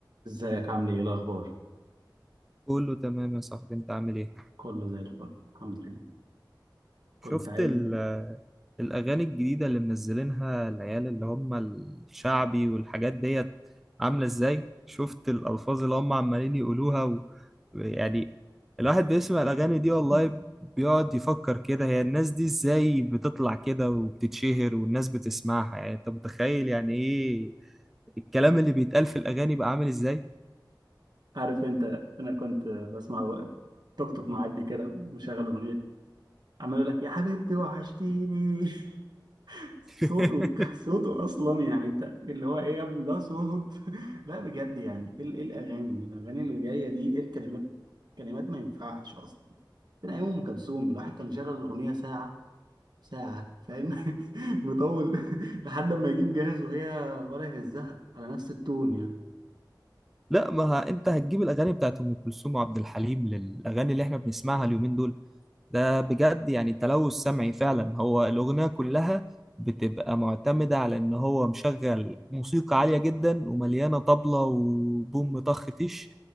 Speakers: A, on the right; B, in the centre.
A: ازيك عامل ايه ايه الاخبار
B: كله تمام يا صاحبي انت عامل ايه
A: كله زي الفل الحمد لله كنت
B: شفت
A: عايز
B: ال- الاغاني الجديده اللي منزلينها العيال اللي هم الشعبي والحاجات ديت عامله ازاي شفت الالفاظ اللي هم عمالين يقولوها و... يعني الواحد بيسمع الاغاني دي والله
A: <laughs>
B: بيقعد يفكر كده هي الناس دي ازاي بتطلع كده وبتتشهر والناس بتسمعها يعني انت متخيل يعني ايه الكلام اللي بيتقال في الاغاني بقى عامل ازاي
A: عارف انت انا كنت بسمع توك توك معدي كده مشغل اغنيه عمال يقول لك يا حبيبتي وحشتيني <laughs>
B: <laughs>
A: صوته صوته اصلا يعني انت اللي هو ايه يا ابني ده صوت <laughs> لا بجد يعني ايه ال- إيه الاغاني الاغاني اللي جايه دي ايه الكلمات كلمات ما ينفعش اصلا من ايام ام كلثوم الواحد كان يشغل الاغنيه ساعه ساعة فاهم <laughs> مطول <laughs> لحد ما يجيب جاهز وهي ولا يهزها على نفس التون يعني
B: لا ما ه- انت هتجيب الاغاني بتاعت ام كلثوم وعبد الحليم للاغاني اللي احنا بنسمعها اليومين دول ده بجد يعني تلوث سمعي فعلا هو الاغنيه كلها بتبقى معتمده على ان هو مشغل موسيقى عاليه جدا ومليانه طبله وبوم طخ تيش